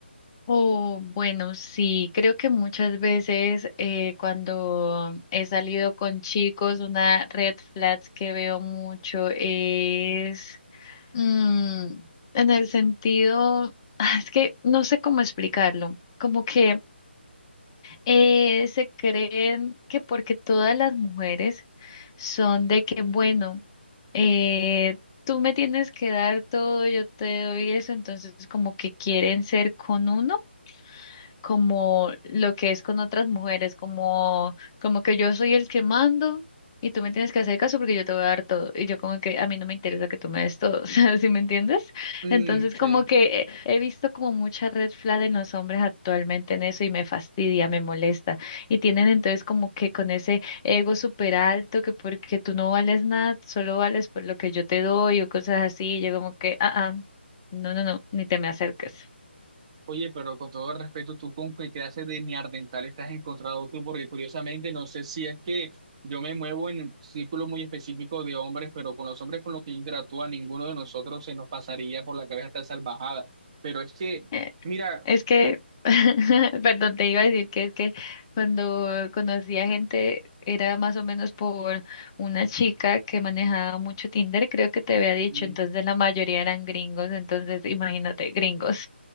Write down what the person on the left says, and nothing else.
Oh, bueno, sí, creo que muchas veces eh, cuando he salido con chicos, una red flag que veo mucho es mm, en el sentido, ah, es que no sé cómo explicarlo, como que eh, se creen que porque todas las mujeres son de que, bueno, eh, tú me tienes que dar todo, yo te doy eso, entonces como que quieren ser con uno como lo que es con otras mujeres, como, como que yo soy el que mando y tú me tienes que hacer caso porque yo te voy a dar todo. Y yo como que a mí no me interesa que tú me des todo, <laughs> o sea, ¿sí me entiendes?
Entonces
como que he he visto como mucha red flag en los hombres actualmente en eso y me fastidia, me molesta. Y tienen entonces como que con ese ego súper alto que porque tú no vales nada, solo vales por lo que yo te doy o cosas así. Y yo como que, ah, ah, no, no, no, ni te me acerques.
Eh,
Es que,
<laughs> perdón, te iba a decir que es que cuando conocí a gente era más o menos por una chica que manejaba mucho Tinder, creo que te había dicho,
entonces la mayoría eran gringos, entonces imagínate, gringos.